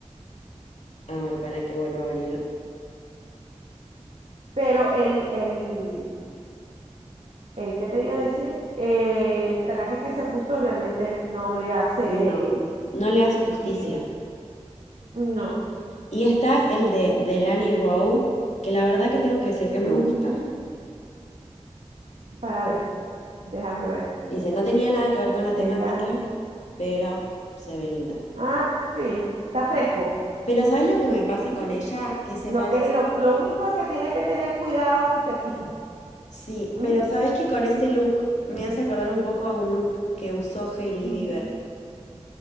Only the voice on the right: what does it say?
Pero el, el, el que te iba a decir, Eh, el traje que se puso realmente no le hace,
Mm, mm, no,
Ujú.
Para ver, déjame ver,
del,
an-
ah, sí, está fresco.
Ujú.
Lo
que, lo, lo único que tiene que tener cuidado si se pisa.
¿m?
Ujú.